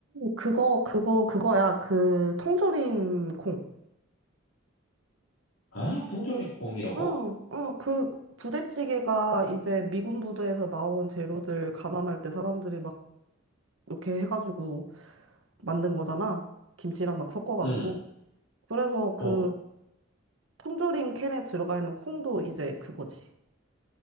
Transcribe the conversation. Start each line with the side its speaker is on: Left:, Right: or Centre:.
Right: 그거, 그거, 그거야. 그, 통조림 콩.
Left: 아, 통조림 콩이라고?
Right: 응, 응, 그 부대찌개가 이제 미군 부대에서 나온 재료들 가난할 때 사람들이 막 이렇게 해가지고 만든 거잖아. 김치랑 막 섞어가지고.
Left: 응,
Right: 그래서
Left: 어.
Right: 그 통조림 캔에 들어가 있는 콩도 이제 그거지.